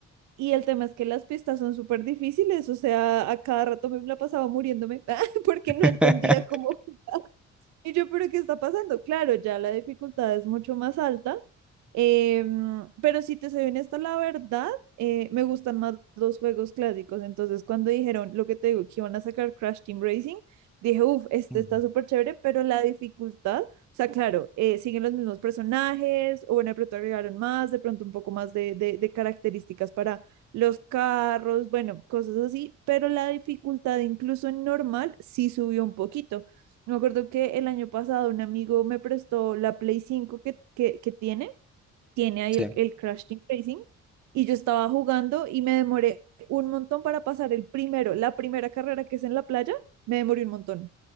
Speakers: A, on the right; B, in the centre.
A: Y el tema es que las pistas son súper difíciles, o sea, a cada rato me la pasaba muriéndome <laughs> porque
B: <laughs>
A: no entendía cómo. Y yo, pero ¿qué está pasando? Claro, ya la dificultad es mucho más alta Em, pero si te soy honesta, la verdad, eh, me gustan más los juegos clásicos. Entonces, cuando dijeron lo que te digo, que iban a sacar Crash Team Racing, dije, uff, este
B: Ujú.
A: está súper chévere, pero la dificultad, o sea, claro, eh, siguen los mismos personajes, o bueno, de pronto agregaron más, de pronto un poco más de, de, de características para los carros, bueno, cosas así, pero la dificultad, incluso en normal, sí subió un poquito. Me acuerdo que el año pasado un amigo me prestó la Play cinco que, que, que tiene tiene ahí
B: Sí,
A: el, el Crash Team Racing y yo estaba jugando y me demoré un montón para pasar el primero, la primera carrera que es en la playa, me demoré un montón.